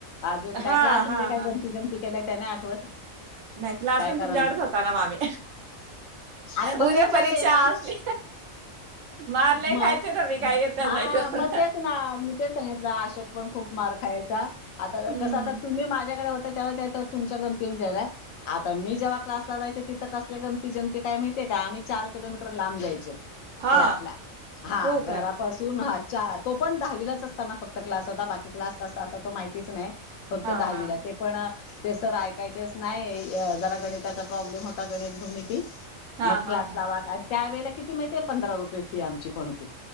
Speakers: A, on the left; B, on the right.
A: अज का
B: हा
A: क्ला
B: हा
A: का
B: हा
A: केय त्याने आठवत
B: नाही क्लास
A: काय
B: पण
A: करावं
B: तुमच्याकडेच होता ना मामी
A: अरे म्हणून
B: उद्या
A: विचारतेय
B: परीक्षा
A: मग
B: असली मार नाही
A: मग
B: खायचे ना मी काय येत
A: हा
B: जायचं
A: मग तेच ना मी तेच सांगितलं अशोक पण खूप मार खायचा आता
B: हम्म.
A: कस आता तुम्ही माझ्याकडे हो तुमच्या गमती जाय आता मी जेव्हा क्लासला जायच तिथं कसल्या गमती गमती काय माहि आम्ही चार किलोमीटर लांबयचो
B: हा
A: क्लासला हा
B: हो
A: घरापासून
B: काय
A: च तो पण दहावीलाच असताना फक्त क्लास होता बाकी क्लास कसा असता तो माहितीच नाही फक्त
B: हा
A: दहावीला
B: हा
A: ते पण ते सर ऐकायचेच नाही जरा गणिताचा प्रॉब्लेम होता गणित भूमिती
B: हा
A: मग
B: हा
A: क्लास
B: हा
A: लावा आणि त्या ववेळेला किती माहिती पंधरा रुपये फी आमची पण होती